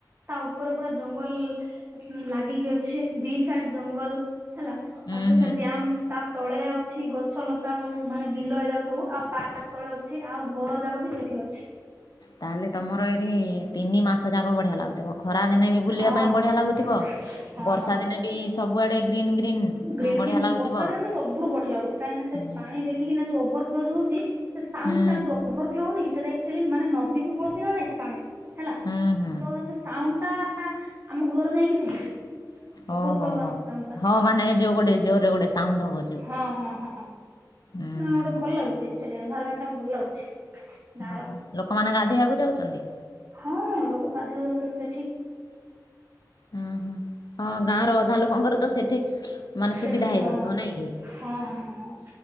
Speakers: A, on the right (about 35°); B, on the left (about 65°).
A: ତା ଉପରେ ପୁରା ଜଙ୍ଗଲ ଲାଗିକି ଅଛି ଦି ସାଟ ଜଙ୍ଗଲ ହେଲା ତାପରେ
B: ଉୁଁ ହୁଁ
A: ସେ ଡ୍ୟାମ ତା ତଳେ ଅଛି ଗଛ ଲତା ସବୁ ମାନେ ବିଲ ଏରା ସବୁ ଆଉ ପାର୍କ ତଳେ ଅଛି ଆଉ ଘର ଯାକ ବି ସେଇଠି ଅଛି।
B: ତାହେଲେ ତମର ଏଠି ତିନି ମାସ ଯାକ ବଢ଼ିଆ ଲାଗୁଥିବ। ଖରା ଦିନେ ବି ବୁଲିବା
A: ହଁ
B: ପାଇଁ ବଢ଼ିଆ
A: ହଁ
B: ଲାଗୁଥିବ
A: ହଁ।
B: ବର୍ଷା ଦିନେ ବି ସବୁଆଡ଼େ ଗ୍ରୀନ୍ ଗ୍ରୀନ୍।
A: ଗ୍ରୀନ୍
B: ବଢ଼ିଆ
A: ଗ୍ରୀନ୍
B: ଲାଗୁଥିବ
A: ବର୍ଷା ଦିନେ ତ ସବୁଠୁ ବଢିଆ ଲାଗୁଛି କାହିଁକିନା ସେ
B: ହୁଁ
A: ପାଣି ଦେଖିକିନା ଯୋଉ ଓଭର ଫ୍ଲୋ ଯୋଉ ହଉଛି। ସେ ସାଉଣ୍ଡ
B: ହୁଁ
A: ଟା ଯୋଉ ଓଭର ଫ୍ଲୋ ହଉନି କି ସେଟା ଆକଚୁଆଲି ମାନେ ନଦୀକୁ ପଳଉଛି ନା ନାଇଁ ସେ ପାଣି। ହେଲା
B: ହୁଁ ହୁଁ
A: ତ ସେ ସାଉଣ୍ଡ ଟା ଆମ ଘର ଯାଇକି ଶୁଭୁଛି।
B: ଓହୋ
A: ଓଭରଫ୍ଲୋ ହବା
B: ହୋ
A: ସାଉଣ୍ଡ ଟା
B: ହଁ ମାନେ ଯୋଉ ଗୋଟେ ଜୋରରେ ଗୋଟେ ସାଉଣ୍ଡ ହବ ଯୋଉ।
A: ହଁ ହଁ ହଁ
B: ହୁଁ
A: ନାଁ
B: ହୁଁ
A: ଗୋଟେ
B: ହୁଁ
A: ଭଲ ଲାଗୁଛି ଆକଚୁଆଲି ଏନଭରମେଣ୍ଟ ଟା ଭଲ ଲାଗୁଛି। ଗାଁର
B: ଓହୋ ଲୋକମାନେ ଗାଧୋଇବାକୁ ଯାଉଛନ୍ତି।
A: ହଁ ଲୋକ ଗାଧୋଇବାକୁ ଯାଉଛନ୍ତି ସେଠି
B: ହୁଁ ହୁଁ ହଁ ଗାଁ ର ଅଧା ଲୋକଙ୍କର ତ ସେଠି ମାନେ ସୁବିଧା
A: ସେଠି
B: ହେଇଯାଉଥିବ
A: ହଁ
B: ନାଇଁ କି
A: ହଁ ହଁ